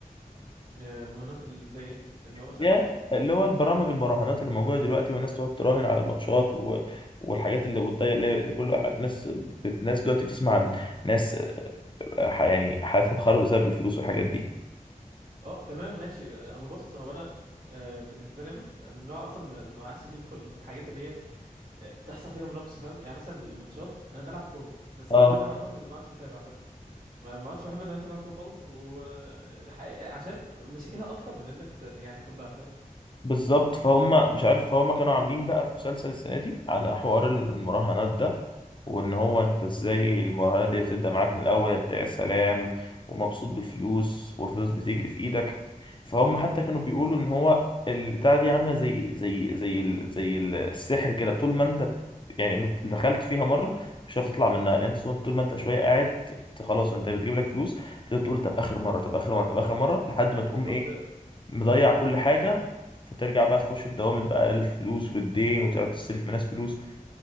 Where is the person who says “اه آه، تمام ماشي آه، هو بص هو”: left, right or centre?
Right